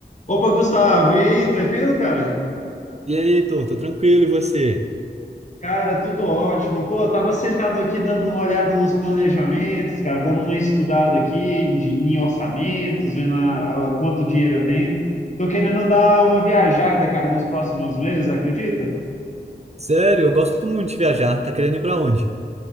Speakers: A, on the left (about 40°); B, on the right (about 35°).
A: Opa, Gustavo, e aí, tranquilo, cara?
B: E aí, Heitor, tô tranquilo, e você?
A: Cara, tudo ótimo. Pô, eu tava sentado aqui dando uma olhada nos planejamentos, cara, dando uma estudada aqui em, di- em orçamentos, vendo a, a- quanto dinheiro eu tenho. Tô querendo dar uma viajada, cara, nos próximos meses, acredita?
B: Sério, eu gosto muito de viajar. Tá querendo ir pra onde?